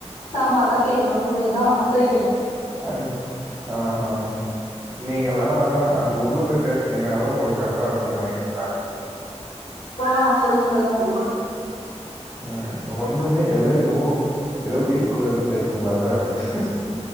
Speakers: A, on the left; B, in the centre.
A: சாமால தான் தேய்க்கணும் துணிதான் தோய்க்கணும்
B: அன் ஆஹ்ஹ நீங்கலா அங்க உள்ள போய் பேஸ்னீங்கன்னா தா ஒங்ளுக்கு கரெக்டா இருக்கும்னு நெனைக்கற ஃபேனு
A: ஆ சொல்லுங்க சொல்லுங்க
B: ம் ஒன்னுமே எல்ல என்னமோ ஏதோ வீடு குள்ள இருந்து பேசுற மாரிதான் இருக்குது